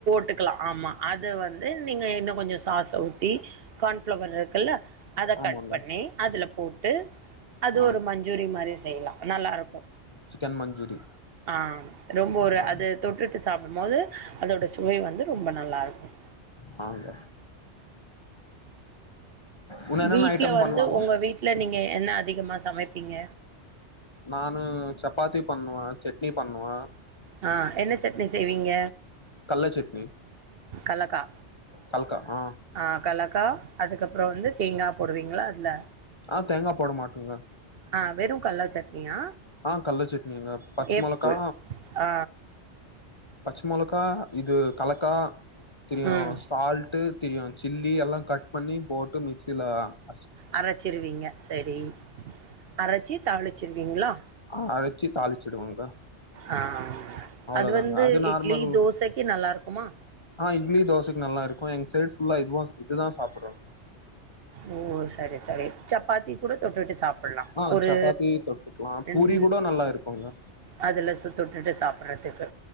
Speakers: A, on the right (about 60°); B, on the left (about 30°).
A: விட்டுக்கலா ஆமா அத வந்து நீங்க இன்னு கொஞ்ச சாஸ ஊத்தி கான்ஃப்ளவர் இருக்குல்ல அத
B: ஆமாங்க
A: கட் பண்ணி அதுல போட்டு அது
B: ஆ
A: ஒரு மஞ்சூரி மாரியு செய்யலா நல்லாருக்கு
B: சிக்கன் மஞ்சூரி
A: ஆ ரொம்ப ஒரு
B: ஆ
A: அது தொட்டுட்டு சாப்டும் போது அதோட சுவை வந்து ரொம்ப நல்லா இருக்கும்
B: நாங்க உன்ன என்னென்ன
A: வீட்ல
B: ஐட்டம்
A: வந்து
B: பண்லாமா
A: உங்க வீட்ல நீங்க என்ன அதிகமா சமைப்பீங்க
B: நானு சப்பாத்தி பண்ணுவே செட்னி பண்ணுவே
A: ஆ என்ன சட்னி செய்வீங்க
B: கல்லைச் சட்னி
A: கல்லக்கா
B: கல்க்கா ஆ
A: ஆ கலக்கா அதுக்கப்றோ வந்து தேங்கா போடுவீங்களா அதுல
B: ஆ தேங்கா போட மாட்டங்க
A: ஆ வெறூ கல்லா சட்னியா
B: ஆ கல்ல சட்னிங்க பச்
A: எப்பு
B: மொளகா
A: ஆ
B: பச் மொளக்கா இது கலக்கா திரீயூ
A: ம்
B: சால்ட்டு திரியூ சில்லி எல்லா கட் பண்ணி போட்டு மிக்சில பா
A: அரைச்சிருவீங்க சரி அரைச்சி தாளிச்சிருவீங்ளோ
B: அ அரச்சி தாளிச்சிடுவோங்க
A: ஆ
B: அவ்ளோதாங்க
A: அது வந்து
B: நார்மல்
A: இட்லி தோசைக்கு நல்லா இருக்குமா
B: ஆ இ்ட்லி தோசைக்கு நல்லா இருக்கோ எங் சைடு ஃபுல்லா இதுவோ இதுதா சாப்பட்ரோ சாப்பிடுறோங்க
A: ஓ சரி சரி சப்பாத்தி கூட தொட்டுட்டு சாப்
B: ஆ
A: ஒரு
B: சப்பாத்தி தொட்டுக்கலா
A: என்
B: பூரி கூட நல்லா இருக்குங்க
A: அதுல சுத்த ‌உட்டுட்டு சாப்பிட்றதுக்கு